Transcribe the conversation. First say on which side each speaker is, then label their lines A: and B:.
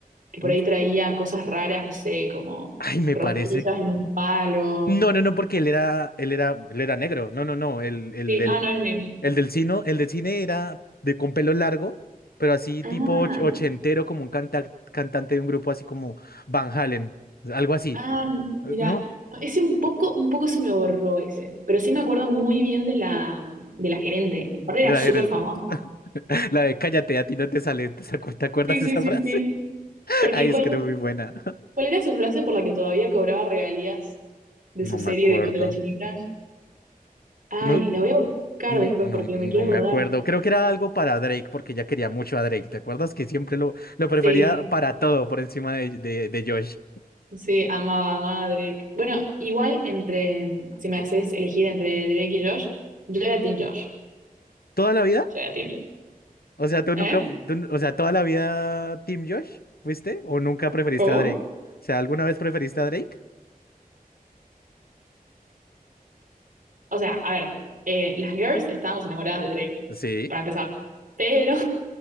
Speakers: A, on the right (about 60°); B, on the left (about 90°).
A: que por
B: Mm.
A: ahí traía cosas raras, no sé, como
B: Ay, me
A: rosquillas
B: parece.
A: en un palo.
B: No, no, no, porque él era, él era, él era negro. No, no, no. El, el
A: Sí,
B: del,
A: ah, no era negro.
B: el del cine, el del cine era de con pelo largo, pero así
A: Ah,
B: tipo och- ochentero, como un canta- cantante de un grupo así como Van Halen, algo así.
A: ah, mira,
B: Eh, ¿No?
A: no, ese un poco, un poco se me borró ese, pero sí me acuerdo muy bien de la, de la gerente.
B: de
A: Aparte era
B: la
A: súper
B: gerente.
A: famosa.
B: <laughs> La de cállate, a ti no te sale. ¿Te acu- te acuerdas
A: Sí,
B: de
A: sí,
B: esa
A: sí,
B: frase?
A: sí.
B: <laughs>
A: Porque
B: Ay,
A: ¿cuál,
B: es que era muy buena.
A: cuál era su frase por la que todavía cobraba regalías de
B: No
A: su serie
B: me acuerdo.
A: de cuando era chiquita? Ay,
B: No,
A: la voy a buscar
B: n-
A: después
B: no,
A: porque
B: no
A: me quiero
B: me
A: acordar.
B: acuerdo. Creo que era algo para Drake, porque ya quería mucho a Drake. ¿Te acuerdas que siempre lo, lo prefería
A: Sí,
B: para todo por encima de, de, de Josh?
A: sí, amaba, amaba a Drake. Bueno, igual entre, si me haces elegir entre Drake y Josh, yo era Team Josh.
B: ¿Toda la vida?
A: Yo era Team Josh.
B: O sea, tú
A: ¿Eh?
B: nunca, fu- tú n- o sea, toda la vida Team Josh, ¿fuiste? ¿O nunca preferiste
A: ¿Cómo?
B: a Drake? O sea, ¿alguna vez preferiste a Drake?
A: O sea, a ver, eh, las girls estábamos enamoradas de Drake,
B: Sí.
A: para empezar. Pero,